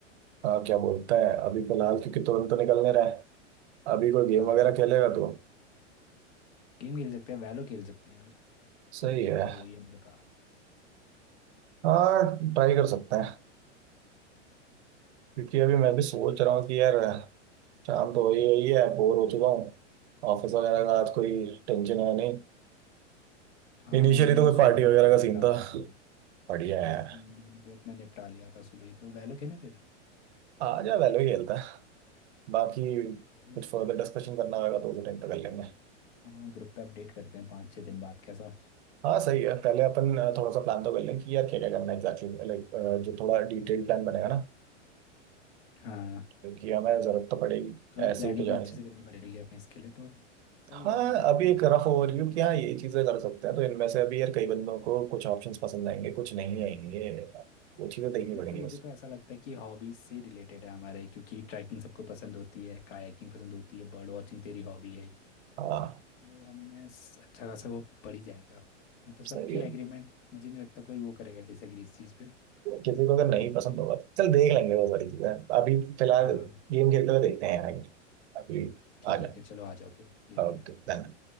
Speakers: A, on the right; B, on the left.
A: अ, क्या बोलते हैं अभी फिलहाल क्योंकि तुरंत तो निकलने रहे हैं, अभी कोई गेम
B: हाँ
A: वगैरह
B: तुरंत
A: खेलेगा
B: तो नहीं
A: तो
B: गेम खेल सकते हैं वैलो खेल सकते हैं यार
A: सही
B: अभी
A: है
B: तो वही है मेरे पास
A: हाँ ट्राई कर सकते हैं क्योंकि अभी मैं भी सोच रहा हूँ कि यार शाम तो हो ही रही है बोर हो चुका हूँ ऑफिस वगैरह का आज कोई टेंशन है नहीं
B: हाँ
A: इनिशियली
B: मैंने भी
A: तो
B: आज
A: कोई
B: सुबह
A: पार्टी
B: ही निपटा
A: वगैरह
B: लिया
A: का सीन
B: था अपना
A: था
B: काम
A: बढ़िया है यार
B: हम्म, मैंने भी अपना निपटा लिया था सुबह ही तो वैलो खेलें फिर
A: आ जा वेलो ही खेलता है बाकी
B: या
A: कुछ
B: फिर
A: फर्दर डिस्कशन करना होगा तो उस टाइम पे कर लेंगे
B: हाँ ग्रुप पे अपडेट करते हैं पाँच छः दिन बाद कैसा
A: हाँ सही है पहले अपन अ, थोड़ा सा प्लान तो कर लेंगे कि यार क्या क्या करना है एग्जैक्टली लाइक जो थोड़ा डिटेल प्लान बनेगा ना
B: हाँ
A: क्योंकि हमें जरूरत तो पड़ेगी
B: थोड़ा
A: ऐसे
B: प्लानिंग
A: ही तो जाने
B: अच्छे
A: से
B: से करनी पड़ेगी हमें इसके लिए तो सही
A: हाँ
B: है हमारा
A: अभी
B: थोड़ा
A: एक
B: हॉबी
A: रफ ओवरव्यू कि हाँ ये चीज़ें कर सकते हैं तो इनमें से अभी यार कई बंदों को कुछ ऑप्शंस पसंद आएंगे कुछ नहीं आएंगे वो चीज़ें देखनी
B: मतलब
A: पड़ेंगी
B: मुझे
A: बस
B: तो ऐसा लगता है कि हॉबीज से रिलेटेड है हमारे क्योंकि ट्रैकिंग सबको पसंद होती है कायाकिंग पसंद होती है बर्ड वॉचिंग तेरी हॉबी है ही।
A: हाँ
B: तो हमें स- अच्छा खासा वो पड़ ही जाएगा मतलब सबकी
A: सही है
B: एग्रीमेंट मुझे नहीं लगता कोई वो करेगा डिसएग्री इस चीज़ पे
A: किसी को अगर नहीं पसंद होगा तो चल देख लेंगे वो सारी चीजें अभी फिलहाल
B: हाँ
A: गेम खेलते हुए देखते हैं आगे अभी
B: ठीक
A: आ जाए
B: है चलो आ जाओ फिर गेम
A: ओके
B: पे
A: धन्यवाद।